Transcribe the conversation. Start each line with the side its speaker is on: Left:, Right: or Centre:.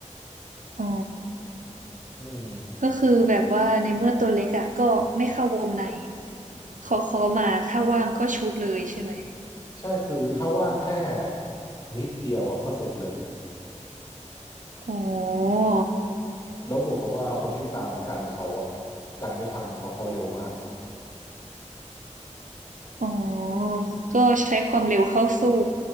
Right: อ๋อ
Left: อืม
Right: ก็คือแบบว่าในเมื่อตัวเล็กอ่ะก็ไม่เข้าวงในขอขอมาถ้าว่างก็ชุดเลยใช่ไหม
Left: ใช่คือถ้าว่างแค่นิดเดียวอ่ะก็เสร็จเลย
Right: อ๋อ
Left: แล้วบวกกับว่าคนที่ตามกันเขาอ่ะกันไม่ทันเพราะเขาเร็วมาก
Right: อ๋อก็ใช้ความเร็วเข้าสู้